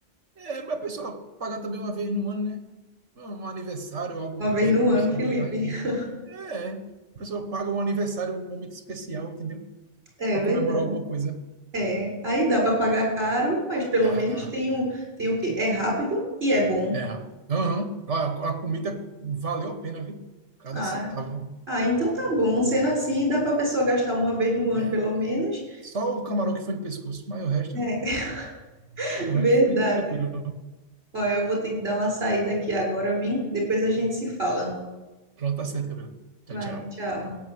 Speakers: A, on the right (about 75°); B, on the right (about 60°).
A: É, mas a pessoa pagar também uma vez no ano, né? Um aniversário, algo
B: Uma
A: do
B: vez
A: tipo,
B: no
A: a
B: ano,
A: pessoa
B: Felipe.
A: vai lá e.
B: <laughs>
A: É. A pessoa paga um aniversário, um momento especial, entendeu?
B: É
A: Para
B: verdade.
A: comemorar alguma coisa.
B: É, aí dá para pagar caro, mas pelo
A: Dá,
B: menos
A: dá.
B: tem o tem o quê? É rápido e é bom.
A: É. Aham. A, a comida valeu a pena, viu? Cada
B: Ah,
A: centavo.
B: ah, então tá bom. Sendo assim, dá para pessoa gastar uma vez no ano,
A: É.
B: pelo menos.
A: Só o camarão que foi no pescoço, mas o resto,
B: É, <laughs>
A: o
B: verdade.
A: resto foi tranquilo.
B: Ó, eu vou ter que dar uma saída aqui agora, vim. Depois a gente se fala.
A: Pronto, tá certo, Gabriel. Tchau,
B: Vai,
A: tchau.
B: tchau.